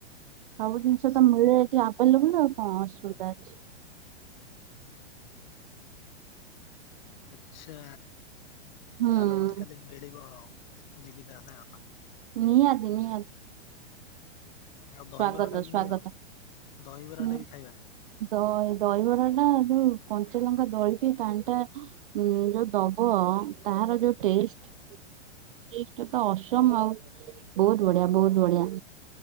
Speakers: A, on the right; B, on the left.
A: ସବୁ ଜିନିଷ ତ ମିଳେ ଏଠି ଆଭେଲେବୁଲ ଆଉ କଣ ଅସୁବିଧା ଅଛି।
B: ଚ୍ଛା
A: ହୁଁ
B: ତାହେଲେ ମତେ କେଦି ମିଳିବ ଯିବି ତାହେଲେ ଆ।
A: ନିହାତି ନିହାତି।
B: ଆଉ ଦହିବରା
A: ସ୍ଵାଗତ
B: ଟା ବି
A: ସ୍ଵାଗତ
B: ମିଳିବ ଦହିବରା
A: ହଁ
B: ଟା ବି ଖାଇବା।
A: ଦ ଦହିବରାଟା। ଯୋଉ କଞ୍ଚା ଲଙ୍କା ଦଳିକି ପାଣି ଟା ଉମଁ ଯୋଉ ଦବ ତାର ଯୋଉ ଟେଷ୍ଟ। ଏଇଠୁ ଅସମ ଆଉ ବହୁତ ବଢିଆ ବହୁତ ବଢିଆ।